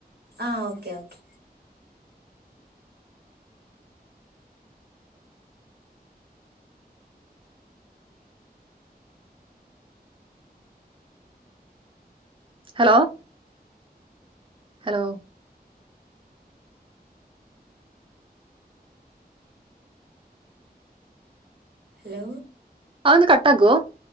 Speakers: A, on the right (about 80°); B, on the right (about 30°).
A: ആഹ് okay okay
B: hello hello
A: hello
B: അത് ഒന്ന് കട്ടാകൂ